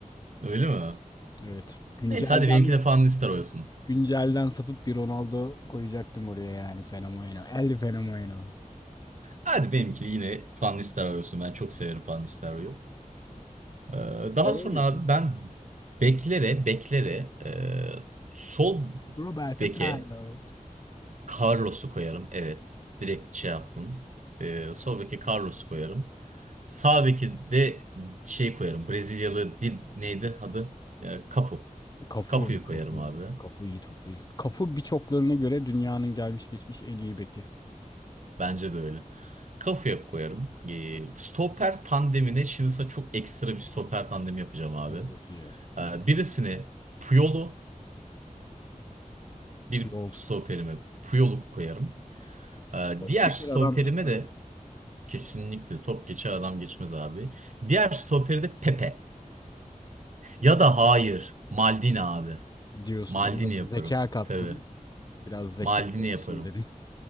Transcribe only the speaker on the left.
Evet. Güncelden
Güncelden sapıp bir Ronaldo koyacaktım oraya yani Fenomeno. El Fenomeno.
Ben
öyle
top.
Roberto
Carlos.
Cafu,
Cafu,
Cafu iyi topçu. Cafu birçoklarına göre dünyanın gelmiş geçmiş en iyi beki.
Hadi bakayım.
Yol.
Top
geçer
adam geçmez
diyorsun.
Biraz
zeka kattın.
Biraz zeka
olsun
dedin.